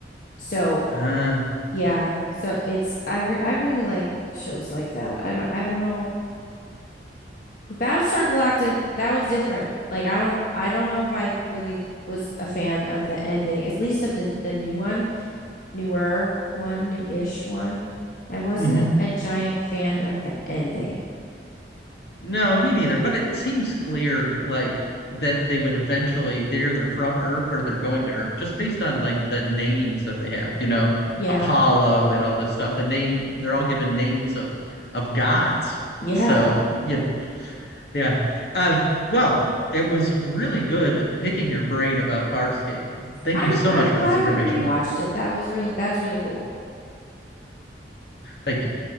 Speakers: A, on the left (about 50°); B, on the left (about 65°).
A: So,
B: Uh,
A: yeah. So it's I re I really like shows like that. I don't I don't know. With Battlestar Galactica, that was different. Like I don't I don't know if I really was a fan of the ending, at least of the the new one, newer one, new-ish one. I wasn't
B: mhm.
A: a giant fan of the ending.
B: No, me neither. But it seems clear, like that they would eventually they're either from Earth or they're going to Earth, just based on like the names that they have. You know,
A: Yeah.
B: Apollo and all this stuff. The name they're all given names of of gods.
A: Yeah.
B: So yeah, yeah. Uh, well, it was really good picking your brain about Farscape. Thank
A: I'm
B: you so
A: I'm
B: much
A: glad
B: for this information.
A: you rewatched it. That was really that's really cool.
B: Thank you.